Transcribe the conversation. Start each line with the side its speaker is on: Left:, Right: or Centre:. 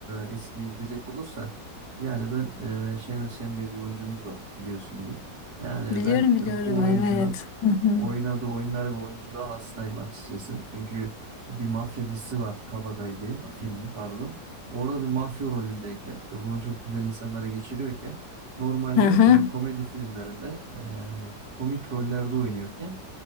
Right: e, eskiye gidecek olursa yani ben e, Şener Şen diye bir oyuncumuz var biliyorsundur. Yani
Left: Biliyorum
Right: ben
Left: biliyorum
Right: e, bu oyuncunun
Left: evet. Hı hı.
Right: oynadığı oyunlara ve oyunculuğa hastayım açıkçası. Çünkü bir mafya dizisi vardı Kabadayı diye filmi pardon. Orada bir mafya rolündeyken ve bunu çok güzel insanlara geçiriyorken normalde
Left: Hı hı.
Right: e, komedi filmlerinde e, komik rollerde oynuyorken